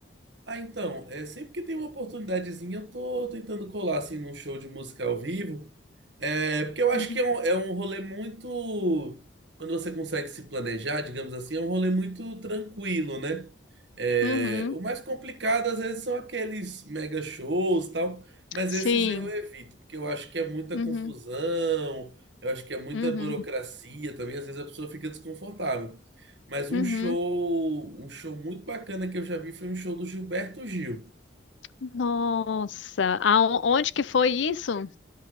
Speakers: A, on the right (about 65°); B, on the left (about 80°).
A: Ah, então, é, sempre que tem uma oportunidadezinha, eu tô tentando colar assim num show de música ao vivo. É, porque eu acho
B: Uhum.
A: que é um, é um rolê muito. Quando você consegue se planejar, digamos assim, é um rolê muito tranquilo, né? É,
B: Uhum,
A: o mais complicado, às vezes, são aqueles mega shows e tal, mas
B: sim.
A: esses eu evito, porque eu acho que é muita
B: Uhum,
A: confusão, eu acho que é muita
B: uhum,
A: burocracia também, às vezes a pessoa fica desconfortável. Mas um
B: uhum.
A: show, um show muito bacana que eu já vi foi um show do Gilberto Gil.
B: Nossa, aonde que foi isso?